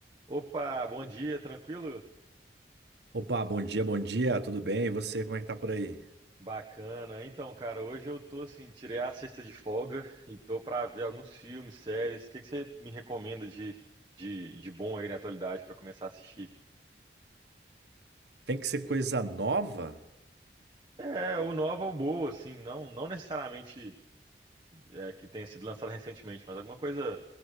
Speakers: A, on the right (about 25°); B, on the right (about 75°).
A: Opa, bom dia, tranquilo?
B: Opa, bom dia, bom dia, tudo bem? E você, como é que tá por aí?
A: Bacana. Então, cara, hoje eu tô assim, tirei a sexta de folga e tô pra ver alguns filmes, séries. O que que você me recomenda de, de, de bom aí na atualidade pra começar a assistir?
B: Tem que ser coisa nova?
A: É, ou nova ou boa, assim, não, não necessariamente é, que tenha sido lançada recentemente, mas alguma coisa